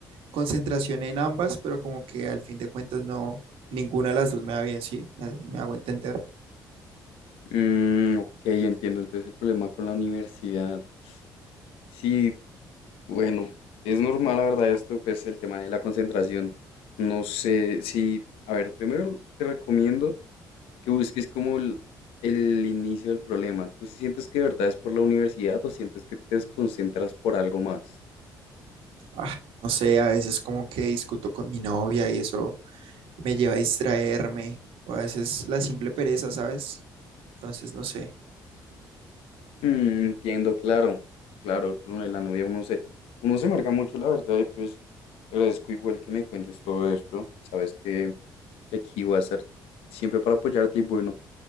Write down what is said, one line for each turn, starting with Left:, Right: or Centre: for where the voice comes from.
Right: concentración en ambas, pero como que al fin de cuentas no, ninguna de las dos me va bien, sí, me me hago entender.
Left: Mm, ok, entiendo. Entonces el problema con la universidad. Sí, bueno, es normal, la verdad, esto, pues el tema de la concentración. No sé si, a ver, primero te recomiendo que busques como el, el inicio del problema. ¿Tú sí sientes que de verdad es por la universidad o sientes que te desconcentras por algo más?
Right: Ah, no sé, a veces como que discuto con mi novia y eso me lleva a distraerme, o a veces la simple pereza, ¿sabes? Entonces, no sé,
Left: Mm, entiendo, claro, claro, con lo de la novia uno se, uno se marca mucho, la verdad, y pues agradezco igual que me cuentes todo esto. Sabes que, que aquí voy a estar siempre para apoyarte y bueno,